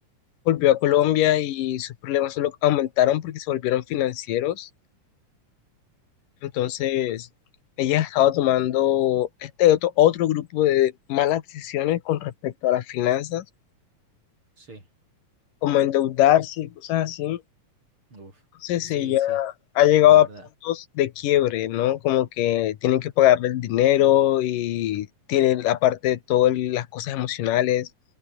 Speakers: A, on the left (about 75°); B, on the right (about 35°).
A: volvió a Colombia y sus problemas solo aumentaron porque se volvieron financieros. Entonces, ella ha estado tomando este otro, otro grupo de malas decisiones con respecto a las finanzas,
B: sí.
A: como endeudarse y cosas así.
B: Uf.
A: Entonces
B: Sí,
A: ella
B: sí,
A: ha llegado
B: la
A: a
B: verdad.
A: puntos de quiebre, ¿no? Como que tienen que pagarle el dinero y tiene aparte de todo el- las cosas emocionales.